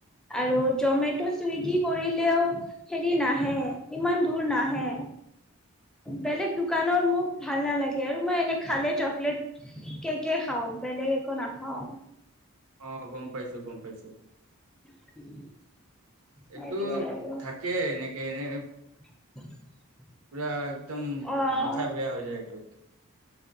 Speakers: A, in the centre; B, on the right.
A: আৰু জমেট' চুইগি কৰিলেও হেৰি নাহে ইমান দূৰ নাহে বেলেগ দোকানৰ মোক ভাল নালাগে, আৰু মই এনে খালে চকলেট কেকে খাওঁ। অ' পেনদে একো নাখাওঁ।
B: অ' গম পাইছো, গম পাইছো।
A: <unintelligible> সেইটোৱে
B: এইটো
A: আৰু
B: থাকেই এনেকে এনে।
A: <unintelligible>
B: পুৰা একদম
A: অ
B: মাথা বেয়া হৈ যায় এইটো।